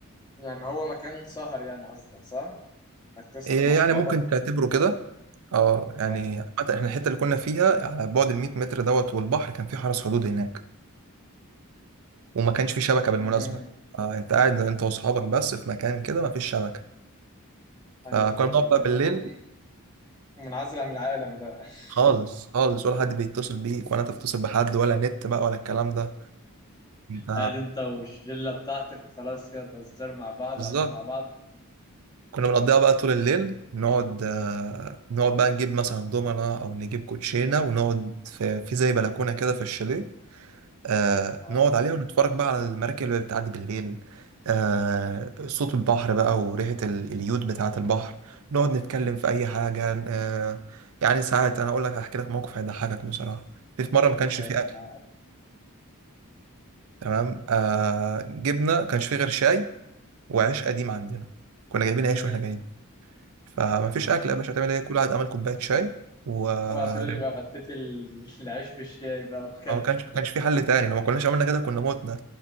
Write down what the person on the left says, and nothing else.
يعني هو مكان سهر يعني قصدك صح؟ إنك تسهر
مع صحابك
اه
مم.
أيوة
فاهم
لا
من- منعزل عن العالم بقى
<laughs>
قاعد أنت والشلة بتاعتك وخلاص كده تهزروا مع بعض
وقاعدين مع بعض
اه
والطيران
مع بعض
اه
اوعى تقول
لي بقى غطيت ال- العيش في الشاي بقى وكلت